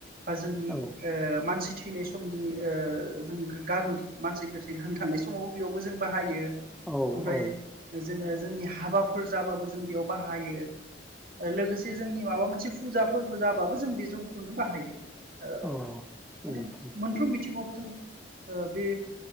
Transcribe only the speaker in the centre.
औ
औ
औ
औ उम